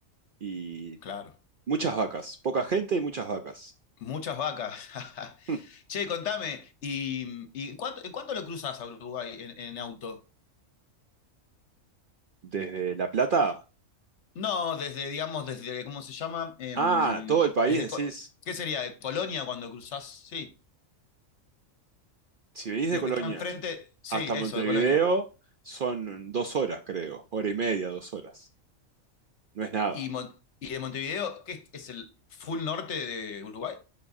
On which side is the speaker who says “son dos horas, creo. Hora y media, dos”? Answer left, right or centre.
Right